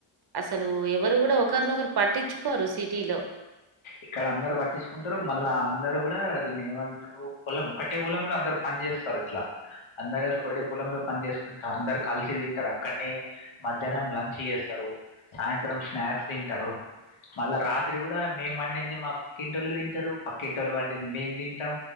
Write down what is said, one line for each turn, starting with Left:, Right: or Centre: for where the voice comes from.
Right: అసలు ఎవరు కూడా ఒకరినొకరు పట్టించుకోరు సిటీలో
Left: ఇక్కడ అందరు పట్టించుకుంటారు మళ్ళా అందరు కూడా దీన్ని ఏవంట్రు పొలం ఒకటే పొలంలో అందరు పని చేస్సారు ఇట్ల అందరు కల్సి ఒకటే పొలంలో పని చేసుకుంటా అందరు కలిసి తింటరు అక్కన్నే మధ్యనం లంచ్చి ఎస్సరు, సాయంత్రం స్నాక్స్ తింటరు, మళ్ళ రాత్రి కూడా మేం వండింది మా పక్కింటోళ్ళు ఇంటరు, పక్కింటోళ్ళు వండింది మేమ్ తింటం,